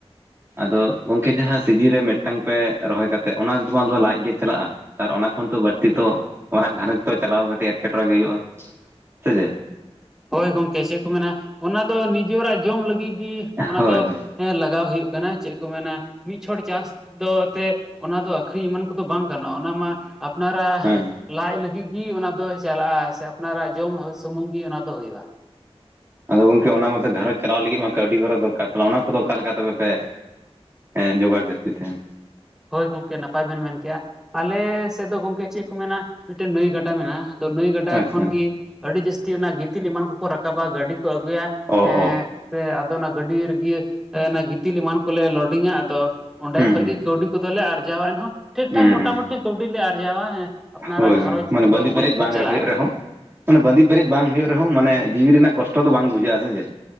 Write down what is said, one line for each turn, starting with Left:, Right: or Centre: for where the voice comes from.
Right: ᱟᱫᱚ ᱜᱚᱝᱠᱮ ᱡᱟᱦᱟᱸ ᱥᱤᱡᱤ ᱨᱮ ᱢᱤᱫᱴᱟᱝ ᱯᱮ ᱨᱚᱦᱚᱭ ᱠᱟᱛᱮᱜ ᱚᱱᱟ ᱛᱮᱢᱟ ᱛᱮᱢᱟᱫᱚ ᱞᱟᱡ ᱜᱮ ᱪᱟᱞᱟᱜᱼᱟ᱾ ᱟᱨ ᱚᱱᱟ ᱠᱷᱚᱱ ᱛᱚ ᱵᱟᱲᱛᱤ ᱛᱚ ᱚᱨᱟᱜ ᱜᱷᱟᱨᱚᱸᱡᱽ ᱛᱚ ᱪᱟᱞᱟᱣ ᱠᱟᱴᱤᱡ ᱮᱴᱠᱮᱴᱚᱬᱮ ᱜᱮ ᱦᱩᱭᱩᱜᱼᱟ ᱥᱮ ᱪᱮᱫ?
Centre: ᱦᱳᱭ ᱜᱚᱝᱠᱮ ᱪᱮᱫ ᱠᱚ ᱢᱮᱱᱟ ᱚᱱᱟ ᱫᱚ ᱱᱤᱡᱚᱨᱟᱜ ᱡᱚᱢ ᱞᱟᱹᱜᱤᱜ ᱜᱤ ᱚᱱᱟ
Right: ᱦᱳᱭ
Centre: ᱫᱚ
Right: ᱦᱳᱭ
Centre: ᱦᱮᱸ ᱞᱟᱜᱟᱣ ᱦᱩᱭᱩᱜ ᱠᱟᱱᱟ ᱪᱮᱜ ᱠᱚ ᱢᱮᱱᱟ ᱢᱤᱫ ᱪᱷᱚᱴ ᱪᱟᱥ ᱫᱚ ᱛᱮ ᱚᱱᱟ ᱫᱚ ᱟᱹᱠᱷᱨᱤᱧ ᱮᱢᱟᱱ ᱠᱚ᱾ ᱠᱳᱫᱚ ᱵᱟᱝ ᱜᱟᱱᱚᱜᱼᱟ ᱚᱱᱟ ᱢᱟ ᱟᱯᱱᱟᱨᱟᱜ
Right: ᱦᱮᱸ
Centre: ᱞᱟᱭᱡ ᱞᱟᱹᱜᱤᱫᱴᱜ ᱜᱮ ᱚᱱᱟ ᱫᱚᱭ ᱪᱟᱞᱟᱜᱼᱟ ᱥᱮ ᱟᱯᱱᱟᱨᱟᱜ ᱡᱚᱢ ᱥᱩᱢᱩᱝ ᱜᱮ ᱚᱱᱟ ᱫᱚ ᱦᱩᱭᱩᱜᱼᱟ᱾
Right: ᱟᱫᱚ ᱜᱚᱝᱠᱮ ᱚᱱᱟᱚᱛᱚ ᱜᱷᱟᱨᱚᱸᱡᱽ ᱟᱞᱟᱣ ᱞᱟᱹᱜᱤᱫ ᱢᱟ ᱠᱟᱹᱣᱰᱤ ᱜᱚᱨᱚ ᱫᱚᱨᱠᱟᱨ᱾ ᱛᱟᱞᱦᱮ ᱚᱱᱟ ᱠᱚᱫᱚ ᱚᱠᱟ ᱞᱮᱠᱟ ᱛᱚᱵᱮ ᱯᱮ? ᱮᱸ ᱡᱳᱚᱜᱟᱲ ᱡᱟᱹᱛᱤ ᱛᱟᱦᱮᱸᱱ?
Centre: ᱦᱳᱭ ᱜᱚᱝᱠᱮ ᱱᱟᱯᱟᱭ ᱵᱮᱱ ᱢᱮᱱᱠᱮᱜᱼᱟ᱾ ᱟᱞᱮ ᱥᱮᱫ ᱫᱚ ᱜᱚᱝᱠᱮ ᱪᱮᱫ ᱠᱚ ᱢᱮᱱᱟ ᱢᱤᱫᱴᱮᱱ ᱱᱟᱹᱭ ᱜᱟᱰ ᱰᱟ ᱢᱮᱱᱟᱜᱼᱟ᱾ ᱛᱚ ᱱᱟᱹᱭ ᱜᱟᱰᱟ
Right: ᱟᱪᱪᱷᱟ
Centre: ᱠᱷᱚᱱ ᱜᱮ ᱟᱹᱰᱤ ᱡᱟᱹᱥᱛᱤ ᱚᱱᱟ ᱜᱤᱛᱤᱞ ᱮᱢᱟᱱ ᱠᱚᱠᱚ ᱨᱟᱠᱟᱵᱟ ᱜᱟᱹᱰᱤ ᱠᱚ ᱟᱹᱜᱩᱭᱟ᱾
Right: ᱚ
Centre: ᱮᱸᱻ
Right: ᱚ
Centre: ᱯᱮ ᱟᱫᱚ ᱚᱱᱟ ᱜᱟᱹᱰᱤ ᱨᱮᱜᱮ ᱚᱱᱟ ᱮᱸ ᱜᱤᱛᱤᱞ ᱮᱢᱟᱱ ᱠᱚᱞᱮ ᱞᱳᱰᱤᱝᱟ ᱟᱫᱚ᱾ ᱚᱸᱰᱮ
Right: ᱦᱩᱸ
Centre: ᱠᱷᱚᱡ
Right: ᱦᱩᱸ
Centre: ᱜᱮ ᱠᱟᱹᱣᱰᱤ ᱠᱚᱫᱚᱞᱮ ᱟᱨᱡᱟᱣᱟ ᱮᱱᱦᱚᱸ ᱴᱷᱤᱠ
Right: ᱦᱩᱸ
Centre: ᱴᱷᱟᱠ ᱢᱚᱴᱟᱢᱩᱴᱤ
Right: ᱦᱩᱸ
Centre: ᱠᱟᱹᱣᱰᱤ ᱞᱮ ᱟᱨᱡᱟᱣᱟ ᱦᱮᱸ ᱟᱯᱱᱟᱨᱟᱜ
Right: ᱦᱳᱭ
Centre: ᱜᱷᱟᱨᱚᱸᱡᱽ
Right: ᱦᱳᱭ ᱢᱟᱱᱮ
Centre: ᱠᱳᱫᱚ
Right: ᱵᱟᱸᱫᱤ
Centre: ᱢᱚᱡᱽ
Right: ᱯᱮᱨᱮᱡ
Centre: ᱛᱮᱜᱮ
Right: ᱵᱟᱝ
Centre: ᱪᱟᱞᱟᱜᱼᱟ᱾
Right: ᱦᱩᱭᱩᱜ ᱨᱮᱦᱚᱸ ᱢᱟᱱᱮ ᱵᱟᱸᱫᱤ ᱯᱮᱨᱮᱡ ᱵᱟᱝ ᱦᱩᱭᱩᱜ ᱨᱮᱦᱚᱸ ᱢᱟᱱᱮ ᱡᱤᱣᱤ ᱨᱮᱱᱟᱜ ᱠᱚᱥᱴᱚ ᱫᱚ ᱵᱟᱝ ᱵᱩᱡᱷᱟᱹᱜᱼᱟ ᱥᱮ ᱪᱮᱫ?